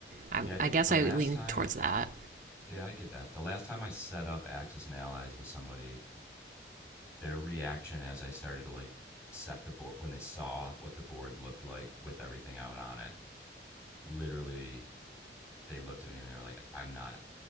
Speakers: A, on the right (about 45°); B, on the left (about 15°).
A: I,
B: yeah i think
A: I guess
B: the
A: I
B: last
A: lean
B: time
A: towards that.
B: yeah i get that the last time i set up axis and allies with somebody their reaction as i started to like set the board when they saw what the board looked like with everything out on it literally they looked at me and they were like i'm not